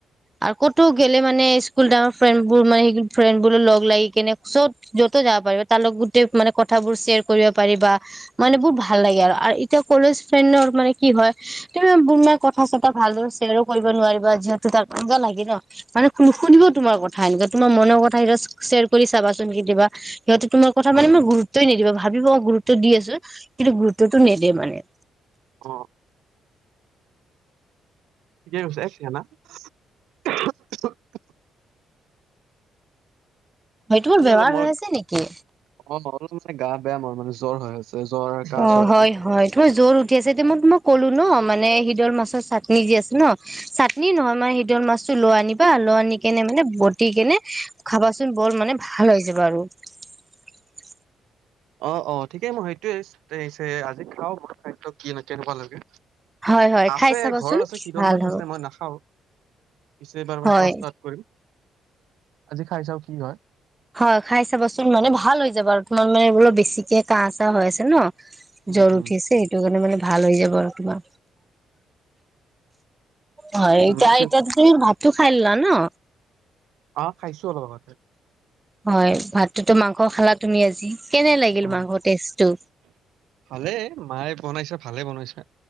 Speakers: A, on the right; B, on the right.
A: আৰু ক'তো গেলে মানে স্কুলত আমাৰ ফ্ৰেণ্ড বোৰ মানে সেই ফ্ৰেণ্ড বোৰ লগ লাগি কেনে চত য'ত যাব পাৰিবা তাৰ লগ গোটেই মানে কথাবোৰ শ্বেয়াৰ কৰিব পাৰিবা মানে বহুত ভাল লাগে আৰু এতিয়া ক'লে ম কি হয় <unintelligible> কথা চতা ভালদৰে শ্বেয়াৰো কৰিব নোৱাৰিবা যিহেতু তাক আঞ্জা লাগে ন মানে শু শুনিব তোমাৰ কথা এনো তোমাৰ মনৰ কথা সত শ্বয় কৰি চাবাচোন কেতিয়াবা সিহঁতে তোমাৰ কথা মানে মই গুৰুত্বই নিদিব ভাবিব গুত দি আছো কিন্তু গুৰুত্বতটো নিদিয়ে মানে।
B: অ <unintelligible>
A: হয়তো মোৰ
B: মানে
A: বেমাৰ
B: অলপ ম
A: হৈ আছে নেকি
B: অ' অলপ মানে গা বেয়া মৰ মানে জ্বৰ হৈ আছে। জ্বৰ কাহ
A: অ'
B: চৰ্দি।
A: হয় হয় তোমাৰ জোৰ উঠি আছে মই তো মই ক'লো ন মানে সিদল মাছৰ চাটনি দি আছে ন চাটনি নহয় মানে সিদল মাছটো ল আনি ল আনি কেনে মানে বতি কেনে খাবাচোন বৰ মানে ভাল হয়। <unintelligible>
B: অ' অ' ঠিকেই মই সেইটোয়ে আজি খাও বু খাদ্য কি ন কে এনেকুৱা লাগে।
A: হয় হয়
B: আছে
A: খাই চাবাচোন
B: ঘৰত আছে শদল
A: ভাল
B: মাছ
A: হ'ব
B: আছে মই নাখাও। পিছে এইবাৰ মই
A: হয়
B: ফ ষ্টাৰ্ট কৰি আজি খাই চাও কি হয়।
A: হয় খাই চাবাচোন মানে ভাল হৈ যাবা আৰু তোমাৰ মানে বোলো বেছিকে কাহ চাহ হৈ আছে ন।
B: উম,
A: জ্বৰ
B: উম,
A: উঠিছে সেইটো কাৰণে মানে ভাল হৈ যাব আৰু তোমাৰ। হয়
B: উম,
A: এইতিয়া
B: বাকী
A: এই তোৰ ভাতো খাই না ন?
B: আহ খাইছো অলপ আগতে।
A: হয় ভাতটোতো মাংস খালা তুমি আজি। কেনে লাগিল
B: অ'।
A: মাংসৰ টজটো?
B: ভালে মায়ে বনাইছে ভালে বনাইছে।